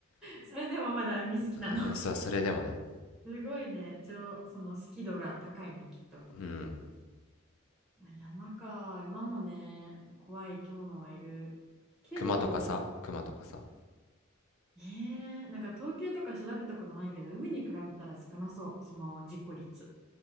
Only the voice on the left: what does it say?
<laughs>
そうそれでもね
うん
クマとかさクマとかさ